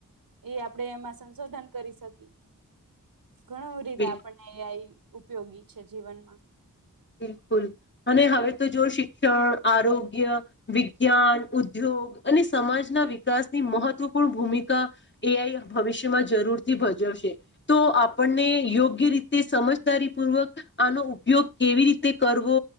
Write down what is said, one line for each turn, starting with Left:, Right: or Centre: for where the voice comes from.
Right: એ આપણેે એમાં સંશોધન કરી શકી. ઘણાં હુદી
Left: બિલકુલ
Right: દે આપણને એ આઈ ઉપયોગી છે જીવનમાં.
Left: બિલકુલ અને હવે તો જો શિક્ષણ, આરોગ્ય, વિજ્ઞાન, ઉદ્યોગ અને સમાજના વિકાસની મહત્વપૂર્ણ ભૂમિકા એ આઈ ભવિષ્યમાં જરૂરથી ભજવશે. તો આપણને યોગ્ય રીતે સમજદારી પૂર્વક આનો ઉપયોગ કેવી રીતે કરવો